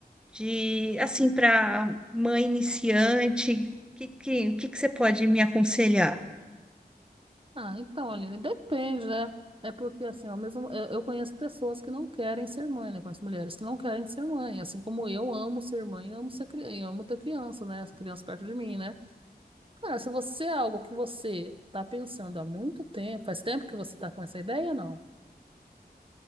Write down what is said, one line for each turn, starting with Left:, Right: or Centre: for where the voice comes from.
Centre: de, assim, para mãe iniciante. O que, que, que que você pode me aconselhar?
Right: Ah, então, Aline, depende, né? É porque, assim, ao mesmo, eu eu conheço pessoas que não querem ser mãe, né? Conheço mulheres que não querem ser mãe. Assim como eu amo ser mãe, eu amo ser, cri- eu amo ter criança, né? Essa criança perto de mim, né? Cara, se você é algo que você tá pensando há muito tempo, faz tempo que você tá com essa ideia, não?